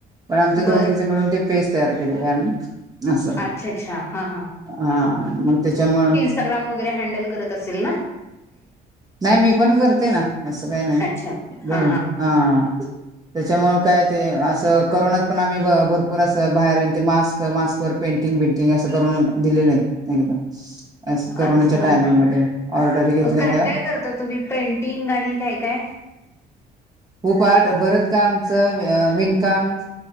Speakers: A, on the right (about 20°); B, on the left (about 15°).
A: पण आमच्या दोघींचे
B: बर
A: मिळून ते पेस्ट तयार केलेले आम्ही. अस
B: अच्छा अच्छा हा
A: हा मग त्याच्यामुळं
B: स्ाग्राम वगैरे हँडल करत असेल ना?
A: नाही मी पण करते ना असं काही नाही
B: अच्छा
A: दोन
B: हा
A: हा त्याच्यामुळे काय ते असं कोरोनात पण आम्ही भरपूर असं बाहेर ये ते मास्क मास्क वर पेंटिंग बेंटिंग असं करून दिलेलं आहे एकदम करोनाच्या
B: अच्छा
A: टायमिंगमध्ये ऑर्डरी घेतल्यात
B: काय काय करता तुम्ही पेंटिंग आणि काय काय?
A: खूप आर्ट भरत कामचं विणकाम